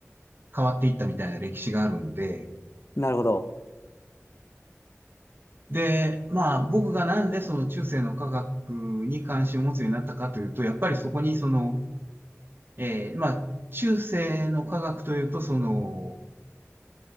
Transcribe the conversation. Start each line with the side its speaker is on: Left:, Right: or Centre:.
Right: 変わっていったみたいな歴史があるので、
Left: なるほど。
Right: で、まあ僕がなんでその中世の科学に関心を持つようになったかというと、やっぱりそこにその、えーまあ中世の科学というと、その、